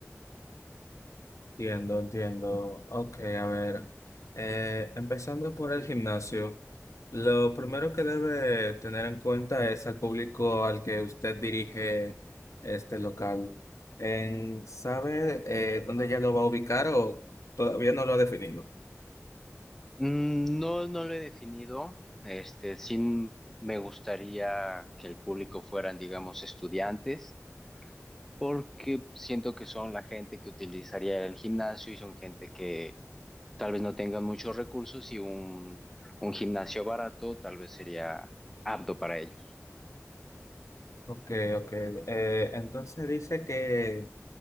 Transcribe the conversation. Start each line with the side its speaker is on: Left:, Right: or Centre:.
Left: Entiendo, entiendo. Ok, a ver. eh, empezando por el gimnasio, lo primero que debe tener en cuenta es al público al que usted dirige este local. En- ¿sabe eh, dónde ya lo va a ubicar o todavía no lo ha definido?
Centre: Mm, No, no lo he definido. Este, sí me gustaría que el público fueran, digamos, estudiantes, porque siento que son la gente que utilizaría el gimnasio y son gente que tal vez no tengan muchos recursos y un, un gimnasio barato tal vez sería apto para ellos.
Left: Ok, ok. Eh, entonces dice que